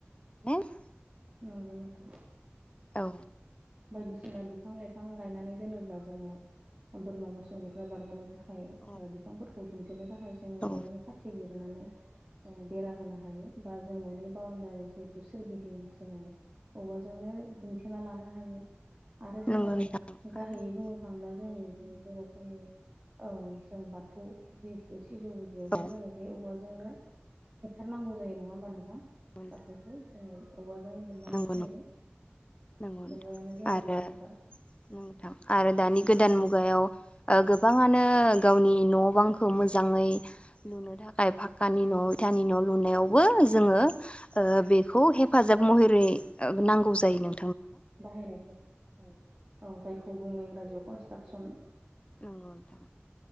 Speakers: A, on the left (about 25°); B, on the right (about 35°).
A: <unintelligible>
B: नंगौ नोंथां।
A: औ।
B: बायदिसिना बिफां लाइफां गायनानै दोनोब्ला जोङो बोरमा मोसौनिफ्राय बारग'नो था खाय ओ
A: औ
B: बिफांफोरखौ दुमथेनो थाखाय जोङो
A: औ
B: औवानि खाथि जिर नानै ओम बेरा होनो हायो बा जों न'नि बाउन्दारि जिहेथु सोरगिदिं जोङो औवाजोंनो दुमथेना लानो हायो। आरो जोङो
A: नंगौ नोंथां
B: गाहायै
A: आरो
B: बुंनो थांब्ला जोंनि जि बर'फोरनि ओ जों बाथौ जिहेतु सिजौ गुदियावबो
A: औ नंगौ
B: जोङो बे औवाजोंनो हेबथारनांगौ जायो, नङा होमबा नोंथां?
A: नंगौ
B: बाथौखौ जोङो औवाजोंनो हेबनांगौ
A: नंगौ
B: जायो।
A: नंगौ नंगौ नोंथां,
B: औवायानो जोंनिया
A: आरो
B: गोनांथार
A: नोंथां आरो दानि गोदान
B: औ
A: मुगायाव ओ गोबाङानो गावनि न' बांखौ मोजाङै लुनो थाखाय फा क्कानि न'
B: औ
A: इथानि न' लुनायावबो जोङो ओ बेखौ हेफाजाब महरै नांगौ जायो नों
B: बाहायनायफोर औ औ जायखौ बुङो इंराजियाव कनस्ट्राक्सन
A: नंगौ नोंथां